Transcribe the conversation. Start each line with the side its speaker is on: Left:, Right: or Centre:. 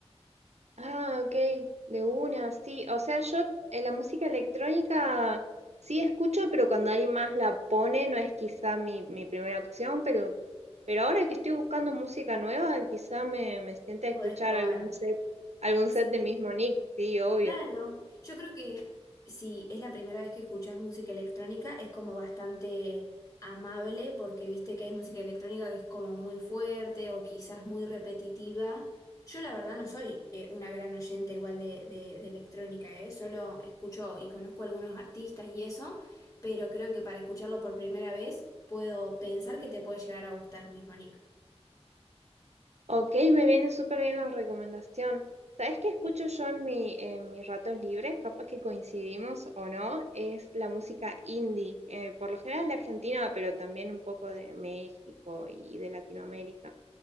Right: Ah, ok, de una, sí. O sea, yo eh, la música electrónica sí escucho, pero cuando alguien más la pone no es quizá mi, mi primera opción, pero, pero ahora que estoy buscando música nueva, quizá me, me siente a
Left: Podés
Right: escuchar
Left: probar.
Right: algún set, algún
Left: Sí.
Right: set de mismo Nick, sí, obvio.
Left: Claro, yo creo que si es la primera vez que escuchas música electrónica, es como bastante amable porque viste que hay música electrónica que es como muy fuerte o quizás muy repetitiva. Yo la verdad no soy eh, una gran oyente igual de, de- de electrónica, ¿eh? Solo escucho y conozco algunos artistas y eso, pero creo que para escucharlo por primera vez puedo pensar que te puede llegar a gustar mismo, Nick.
Right: Ok, me viene súper bien la recomendación. ¿Sabes qué escucho
Left: Sí.
Right: yo en mi, en mis ratos libres? Capaz que coincidimos o no, es la música indie, eh, por lo general de Argentina, pero también un poco de México y de Latinoamérica.